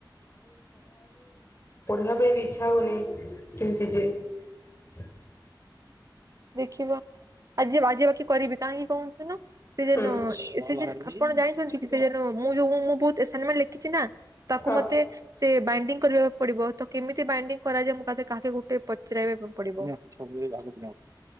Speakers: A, on the left; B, on the right.
A: କିବା ପାଇଁ ବି ଇଚ୍ଛା ହଉନି କେମିତି ଯେ ହ
B: ଦେଖିବା। ଆଜି ଆଜି ବାକି କରିବି କାହିଁକି କହଛୁନ ସେ ଯେନ
A: ହୁଁ
B: ସେ ଯେ ଆପଣ ଜାଣିଛନ୍ତି କି ସେ ଜ ମୁଁ ଯୋଉ ମୁଁ ବହୁତ ଆସାଇନମେଣ୍ଟ ଲେଖିଛି ନା ତାକୁ
A: ହଁ।
B: ମତେ ସେ ବା କରିବାକୁ ପଡିବ ତ କେମିତି ବାଇଣ୍ଡିଙ୍ଗ କରାଯାଏ ମୁଁ ଦେ କାହା ଗୋଟେ ପଚରାଇବାକୁ ପଡିବ।